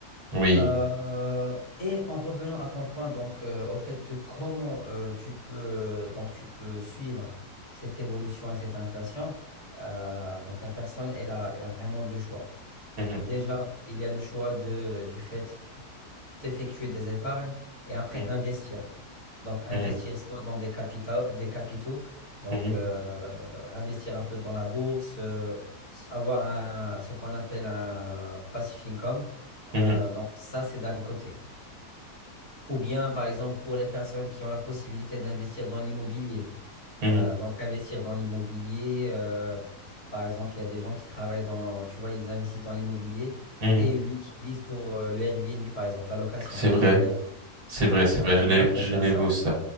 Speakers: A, on the right (about 60°); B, on the left (about 50°).
A: oui.
B: Euh, et en revenant à ton point, donc euh, au fait de comment euh, tu peux euh, donc tu peux suivre cette évolution et cette inflation, euh, donc la personne elle a, elle a vraiment deux choix.
A: Mhm,
B: Déjà, il y a le choix de, du fait effectuer des épargnes et après
A: mhm.
B: investir. Donc investir
A: Mhm,
B: soit dans des capitaux, des capitaux, donc
A: mhm,
B: euh, investir un peu dans la bourse, euh, s- avoir un- ce qu'on appelle un passive income.
A: mhm,
B: Euh, donc ça, c'est d'un côté. Ou bien, par exemple, pour les personnes qui ont la possibilité d'investir dans l'immobilier.
A: mhm,
B: Euh, donc investir dans l'immobilier, euh, par exemple, il y a des gens qui travaillent dans, tu vois, ils investissent dans l'immobilier
A: mhm.
B: et ils l'utilisent pour euh, le Airbnb, par exemple, la location
A: C'est
B: journalière.
A: vrai, c'est vrai, c'est
B: Ah,
A: vrai,
B: t'as
A: Genève,
B: déjà pensé
A: Genève,
B: à ça?
A: ça.